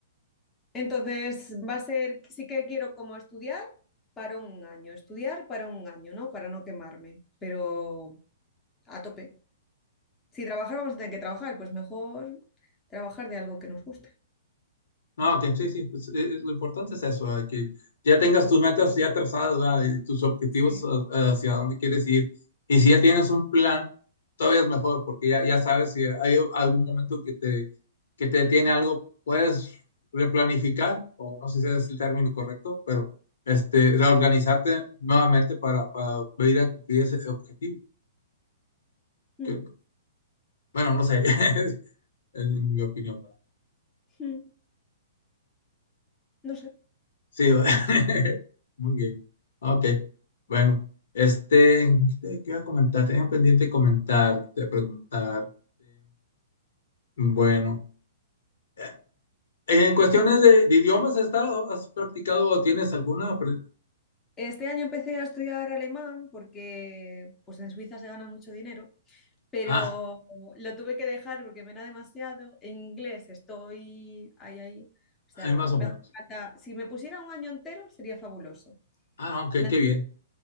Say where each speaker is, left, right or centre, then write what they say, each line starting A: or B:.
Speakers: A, on the left; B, on the left.
A: Entonces va a ser, sí que quiero como estudiar para un año, estudiar para un año, ¿no? Para no quemarme, pero a tope. Si trabajar vamos a tener que trabajar, pues mejor trabajar de algo que nos guste.
B: No, que sí, sí, pues, eh, eh, lo importante es eso, ¿verdad? que ya tengas tus metas ya trazadas, ¿verdad? Y tus objetivos
A: Sí.
B: ah, hacia dónde quieres ir. Y si ya tienes un plan, todavía es mejor, porque ya, ya sabes si hay algún momento que te, que te detiene algo, puedes replanificar, o no sé si es el término correcto, pero este, reorganizarte nuevamente para, para ir a cumplir ese objetivo.
A: Mm,
B: Que- bueno, no sé, <laughs> es mi opinión, ¿verdad?
A: mm, No sé.
B: Sí, va. <laughs> muy bien. Ok, bueno, este, ¿qué te- qué iba a comentar? Tenía pendiente comentarte, preguntarte. Bueno, eh, en cuestiones de, de idiomas, ¿has estado, has practicado o tienes alguna? apre-
A: Este año empecé a estudiar alemán porque pues en Suiza se gana mucho dinero, pero
B: Ah,
A: lo tuve que dejar porque me era demasiado. En inglés estoy ahí, ahí. O sea,
B: hay más o
A: me
B: menos.
A: hace falta, si me pusiera un año entero sería fabuloso.
B: Ah, no, qué,
A: Me
B: qué
A: hace-
B: bien.